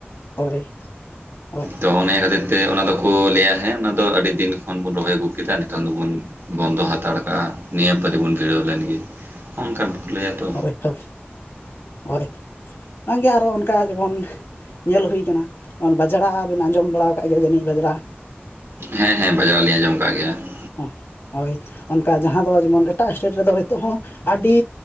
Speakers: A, on the left (about 75°); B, on the right (about 70°).
A: ᱦᱚᱭ ᱦᱚᱭ ᱾
B: ᱛᱚ ᱚᱱᱮ ᱠᱷᱟᱹᱛᱤᱨ ᱛᱮ ᱚᱱᱟ ᱫᱚᱠᱚ ᱞᱟᱹᱭᱟ ᱦᱮᱸ ᱚᱱᱟ ᱫᱚ ᱟᱹᱰᱤ ᱫᱤᱱ ᱠᱷᱚᱱ ᱵᱚᱱ ᱨᱚᱦᱚᱭ ᱟᱹᱜᱩ ᱠᱮᱫᱟ ᱱᱤᱛᱚᱝ ᱫᱚᱵᱩᱱ ᱵᱚᱱᱫᱚ ᱦᱟᱛᱟᱲ ᱠᱟᱜᱼᱟ ᱱᱤᱭᱟᱹ ᱯᱟ. ᱨᱤ ᱵᱚᱱ ᱜᱤᱲᱟᱹᱣ ᱞᱮᱱᱜᱮ ᱾ ᱚᱱᱠᱟ ᱵᱟᱠᱚ ᱞᱟᱹᱭᱟ ᱛᱚ
A: ᱦᱚᱭ ᱦᱚᱭ ᱦᱚᱭ ᱵᱟᱝᱜᱮ ᱟᱨᱚ ᱚᱱᱠᱟ ᱡᱮᱢᱚᱱ ᱧᱮᱞ ᱦᱩᱭᱟᱠᱟᱱᱟ, ᱵᱟᱡᱽᱲᱟ ᱵᱮᱱ ᱟᱸᱡᱚᱢ ᱵᱟᱲᱟ ᱟᱠᱟᱫ ᱜᱮᱭᱟ ᱡᱟᱹᱱᱤᱡ ᱵᱟᱡᱽᱲᱟ
B: ᱦᱮᱸ ᱦᱮᱸ ᱵᱟᱡᱽᱲᱟ ᱞᱤᱧ ᱟᱸᱡᱚᱢ ᱟᱠᱟᱜ ᱜᱮᱭᱟ ᱾
A: ᱦᱚᱸ ᱦᱚᱭ ᱚᱱᱠᱟ ᱡᱟᱦᱟᱸ ᱫᱚ ᱡᱮᱢᱚᱱ ᱮᱴᱟᱜ ᱥᱴᱮᱴ ᱨᱮᱫᱚ ᱱᱤᱛᱚᱜ ᱦᱚᱸ ᱟᱹᱰᱤ